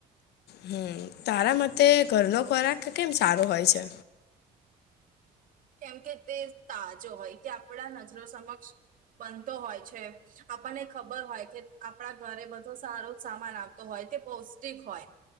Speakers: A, on the left; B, on the right.
A: હમ તારા મતે ઘરનો ખોરાક કેમ સારો હોય છે.
B: કેમ કે તે તાજો હોય તે આપડા નજરો સમક્ષ બનતો હોય છે. આપણને ખબર હોય કે આપણા ઘરે બધો સારો જ સામાન આવતો હોય તે પૌષ્ટિક હોય.